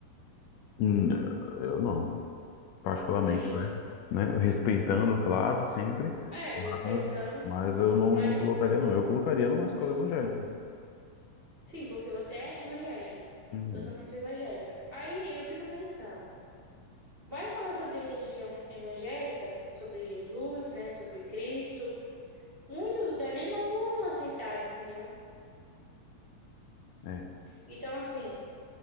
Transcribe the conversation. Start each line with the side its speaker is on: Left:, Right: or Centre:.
Left: Hum, Eu não, particularmente,
Right: Nem
Left: né?
Right: eu.
Left: Né, Respeitando, claro, sempre,
Right: É,
Left: mas,
Right: respeitando,
Left: mas eu não,
Right: mas
Left: não colocaria, não. Eu colocaria numa escola
Right: sim,
Left: evangélica.
Right: sim, porque você é evangélico.
Left: Hum,
Right: Eu também sou evangélica. Aí eu fico pensando, vai falar sobre religião evangélica, sobre Jesus, né, sobre Cristo. Muitos dali não vão aceitar, entendeu?
Left: é,
Right: Então, assim,